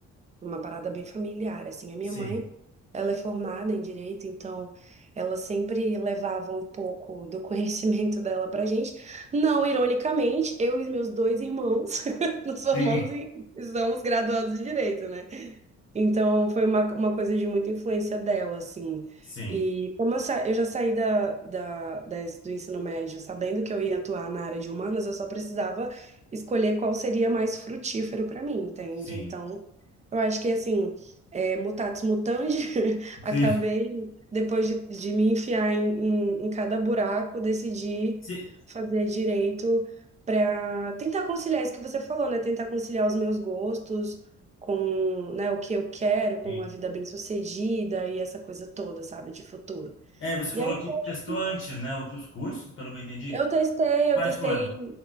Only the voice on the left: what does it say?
Sim.
Sim.
Sim.
Sim.
Sim.
Se-
Sim.
É, você
falou
que
testou
antes, né? Outros cursos, pelo que eu entendi.
Quais
foram?